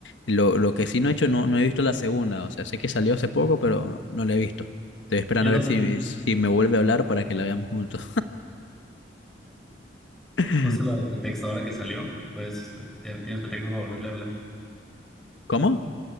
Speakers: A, on the left; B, in the centre.
A: Lo, lo que sí no he hecho, no, no he visto la segunda. O sea, sé que salió hace poco, pero no la he visto. Estoy esperando
B: yo
A: a
B: tampoco.
A: ver si,
B: <laughs>
A: si me vuelve a hablar para que la veamos juntos. <laughs>
B: Usa la de <laughs> pretexto ahora que salió, pues te- tienes pretexto para volverle a hablar.
A: ¿Cómo?